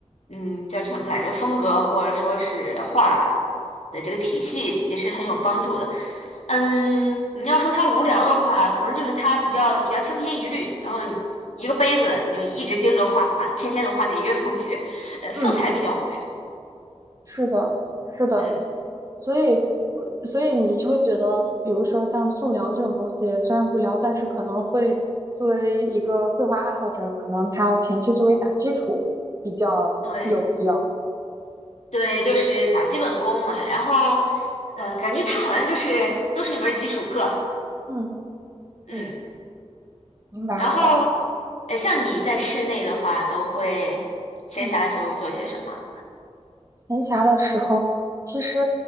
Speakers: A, on the left; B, on the right.
A: 嗯，叫什么来着，风格或者说是画的这个体系也是很有帮助的。嗯，你要说他无聊的话，可能就是他比较比较千篇一律，然后一个杯子你就一直盯着画，天天都画那一个东西，呃，
B: 嗯，
A: 素材比较无聊。
B: 是的，是的。
A: 嗯，
B: 所以，呃所以你就会觉得，比如说像素描这种东西，虽然无聊，但是可能会作为一个绘画爱好者，可能他前期作为打基础比较有必要。
A: 对对，就是打基本功嘛，然后呃，感觉他好像就是都是一门儿基础课。
B: 嗯，
A: 嗯，
B: 对，明白了。
A: 然后呃，像你在室内的话，都会闲暇的时候做些什么？
B: 嗯。闲暇的时候，其实